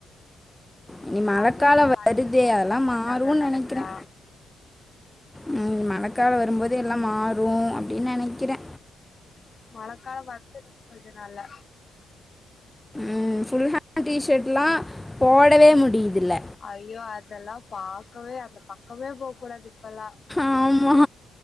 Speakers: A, in the centre; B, on the left.
A: இனி மழக்காலொ
B: அது இப்ப
A: வருதே
B: தண்ணி
A: அதலா
B: விட
A: மாறுன்
B: மாட்டாங்க கரெக்டா
A: நெனைக்கிறே ம் மழக்காலொ வரும்போது எல்லா மாறு அப்டின் நெனக்கிறே
B: மழக்காலொ வந்துரு கொஞ்ச நாள்ல
A: ம் ஃபுல் ஹேண்ட் டீ ஷர்ட்லா போடவே முடியுதில்ல
B: ஐயோ அதெல்லா பாக்கவே அந்த பக்கமே போக் கூடாது இப்பல்லா
A: ஆமா